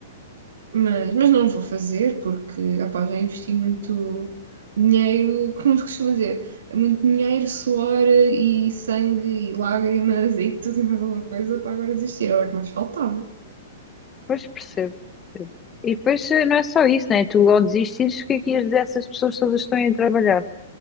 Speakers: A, on the right (about 70°); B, on the left (about 20°).
A: Mas, mas não vou fazer porque, opá, já investi muito dinheiro, como se costuma dizer, muito dinheiro, suor e sangue e lágrimas e tudo e mais alguma coisa para agora desistir, era o que mais faltava.
B: Pois percebo. percebo. E depois eh, não é só isso, né? Tu ao desistires, o que é que ias dizer a essas pessoas todas que estão aí a trabalhar,